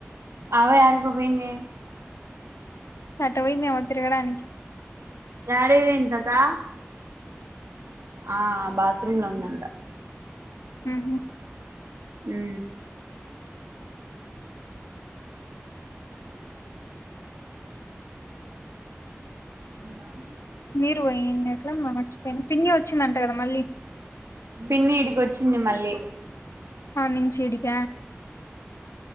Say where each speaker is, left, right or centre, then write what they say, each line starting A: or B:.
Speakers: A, on the right (about 75°); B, on the left (about 80°).
A: అవ్వ ఆడీకో పోయింది
B: అటు పోయిందేమో తిరగడానికి
A: డాడీది ఎం తతా ఆ బాత్రూమ్ లో ఉందంట
B: మ్ హు
A: మ్ మ్ అమ
B: మీరు పోయ్ ఏట్ల మర్చిపోయిన్ పిన్ని వచ్చిందంట కదా మళ్ళీ
A: పిన్న ఇడికొచ్చింది మళ్ళీ
B: ఆ నించిీడిక